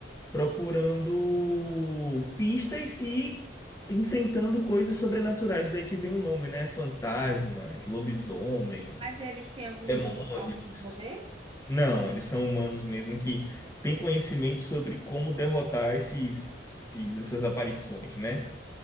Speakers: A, on the left (about 15°); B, on the right (about 30°).
A: procurando pistas e enfrentando coisas sobrenaturais. Daí que vem o nome, né? Fantasmas, lobisomens,
B: mas eles têm algum,
A: demônios.
B: algum poder?
A: Não, eles são humanos mesmo que têm conhecimento sobre como derrotar esses, esses- essas aparições, né?